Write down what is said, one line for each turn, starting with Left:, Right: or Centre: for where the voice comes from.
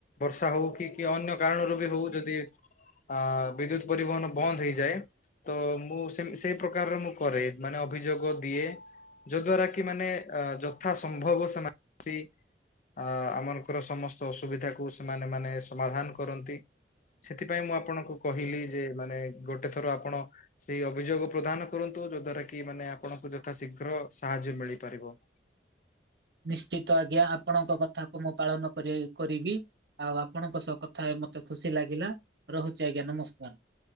Left: ବର୍ଷା ହଉକି କିଅନ୍ୟ କାରଣରୁ ବି ହଉ ଯଦି ଅ ବିଦ୍ୟୁତ୍ ପରିବହନ ବନ୍ଦ ହେଇଯାଏ ତ ମୁଁ ସେମି ସେଇ ପ୍ରକାରରେ ମୁଁ କରେ ମାନେ ଅଭିଯୋଗ ଦିଏ। ଯୋଉ ଦ୍ଵାରାକି ମାନେ ଅ ଯଥା ସମ୍ଭବ ସେମାନେ ଆସି ଅ ଆମାନଙ୍କର ସମସ୍ ଅସୁବିଧାକୁ ସେମାନେ ମାନ ସମାଧାନ କରନ୍ତି ସେଥିପାଇଁ ମୁଁ ଆପଣଙ୍କୁ କହିଲିଯେ ମାନେ ଗୋଟେ ଥର ଆପଣ ସେଇ ଅଭିଯୋଗ ପ୍ରଦାନ କରନ୍ତୁ ଯୋଉ ଦ୍ଵାରାକି ମାନେ ଆପଣଙ୍କୁ ଯଥାଶୀଘ୍ର ସାହାଯ୍ୟ ମିଳିପାରିବ।
Right: ନିଶ୍ଚିତ ଆଜ୍ଞା ଆପଣଙ୍କ କଥାକୁ ମୁଁ ପାଳନ କରି କରିବି। ଆଉ ଆପଣଙ୍କ ସହ କଥାହେଇ ମତେ ଖୁସି ଲାଗିଲା ରହୁଚି ଆଜ୍ଞା ନମସ୍କାର।